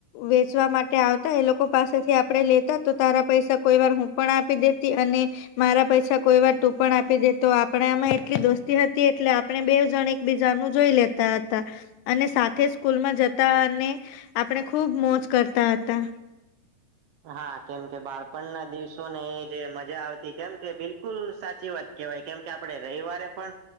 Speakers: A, on the left (about 80°); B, on the right (about 75°).
A: વેચવા માટે આવતા એ લોકો પાસેથી આપડે લેતા તો તારા પૈસા કોઈ વાર હું પણ આપી દેતી અને મારા પૈસા કોઈ વાર તું પણ આપી દેતો આપડામાં એટલી દોસ્તી હતી એટલે આપણે બે જણ એક બીજા નું જોઈ લેતા હતા. અને સાથે સ્કૂલ માં જતા અને આપણે ખુબ મોજ કરતા હતા.
B: હા કેમ કે બાળપણ ના દિવસો ને એ જે મજા આવતી કેમ કે બિલકુલ સાચી વાત કેવાય કેમ કે આપણે રવિવારે પણ